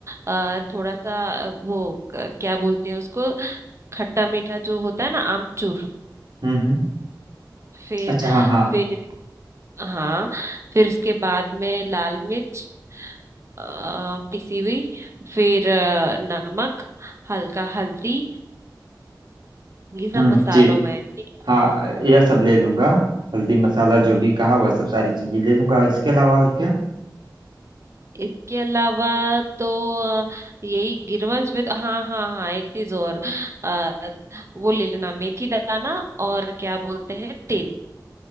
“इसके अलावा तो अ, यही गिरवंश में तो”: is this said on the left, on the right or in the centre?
Right